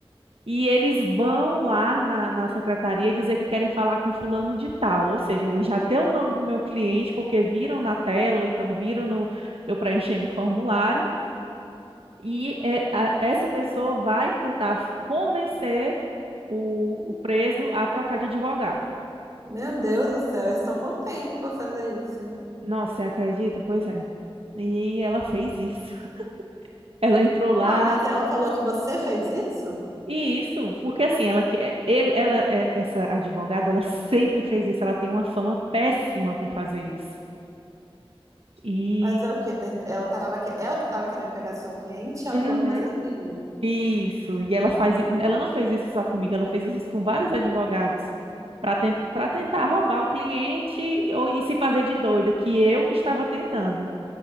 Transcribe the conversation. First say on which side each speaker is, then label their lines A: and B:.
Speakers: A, on the right; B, on the right.
A: e eles vão lá na, na secretaria dizer que querem falar com fulano de tal, ou seja, eles já têm o nome do meu cliente porque viram na tela ou então viram no, eu preenchendo o formulário e eh, a- essa pessoa vai tentar convencer o, o preso a trocar de advogado.
B: Meu Deus do céu, eles estão com tempo pra fazer isso, hein?
A: Nossa, você acredita? Pois é. E ela fez isso. <laughs> Ela entrou lá.
B: Não, mas ela falou que você fez isso?
A: E isso, porque assim, ela, que- é, ele- ela, é, essa advogada, ela sempre fez isso. Ela tem uma fama péssima por fazer isso. E.
B: Fazer o quê? Tent- Ela tava que... ela que tava querendo pegar seu cliente, ela
A: Uhum,
B: falou que você queria.
A: isso. E ela faz. i- Ela não fez isso só comigo, ela fez isso com vários advogados. Para tentar roubar o cliente ou e se fazer de doida, que eu que estava tentando.